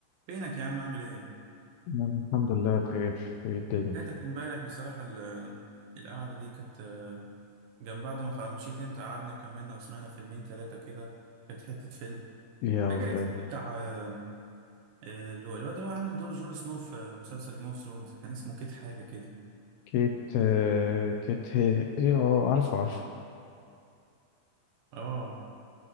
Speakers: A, on the right; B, on the left.
A: فينك يا عم عامل ايه؟
B: نعم، الحمد لله بخير ايه الدنيا
A: فاتك امبارح بصراحة ال- القعدة دي كانت آه، جنب بعد ما خ- مشيت انت قعدنا وكملنا وسمعنا فيلمين ثلاثة كده كانت حتة فيلم
B: يا
A: فاكر
B: ولا
A: الفيلم بتاع آه، آه، الو- الواد اللي هو عامل دور جون سنو في مسلسل جيم اوف ثرونز كان اسمه كيت حاجة كده
B: كيت آه، كيت هي ايه اه عارفه عارفه
A: اه